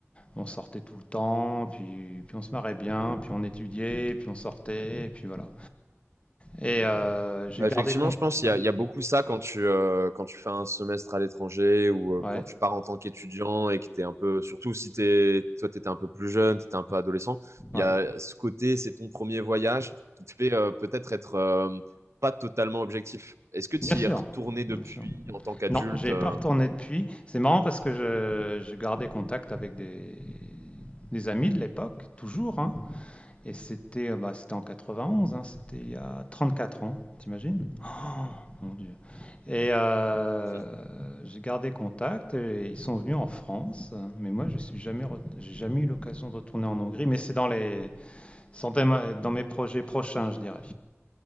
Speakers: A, on the left; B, on the right.
A: On sortait tout le temps, puis, puis on se marrait bien, puis on étudiait, puis on sortait, et puis voilà. Et euh, j'ai
B: Bah,
A: gardé
B: effectivement,
A: compte.
B: je pense qu'il
A: Ouais,
B: y a, il y a beaucoup ça quand tu, euh, quand tu fais un semestre à l'étranger ou euh,
A: ouais,
B: quand tu pars en tant qu'étudiant et que t'es un peu, surtout si t'es, toi, t'étais un peu plus jeune, t'étais un peu adolescent, il
A: ouais,
B: y a ce côté, c'est ton premier voyage qui te fait euh, peut-être être, euh, pas totalement objectif. Est-ce que tu
A: bien sûr.
B: y es retourné depuis
A: Bien sûr.
B: en tant qu'adulte?
A: Non, j'ai
B: euh
A: pas retourné depuis. C'est marrant parce que je, je gardais contact avec des, des amis de l'époque, toujours. hein. Et c'était euh, bah, c'était en 91, hein, c'était il y a 34 ans, t'imagines? Oh, mon Dieu. Et euh,
B: <laughs>
A: j'ai gardé contact et ils sont venus en France. Mais moi, je suis jamais, re- j'ai jamais eu l'occasion de retourner en Hongrie. Mais c'est dans les, sans thème- dans mes projets prochains, je dirais.